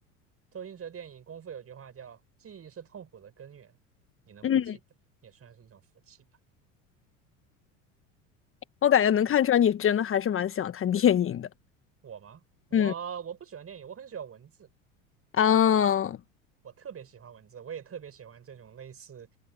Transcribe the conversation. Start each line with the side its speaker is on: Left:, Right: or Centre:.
Right: 周星驰的电影《功夫》有句话叫“记忆是痛苦的根源”，你能不记得也算是一种福气吧。
Left: 嗯，我感觉能看出来你真的还是蛮喜欢看电影的。
Right: 嗯我吗？我我不喜欢电影，
Left: 嗯
Right: 我很喜欢文字，
Left: 啊，
Right: 我特别喜欢文字，我也特别喜欢这种类似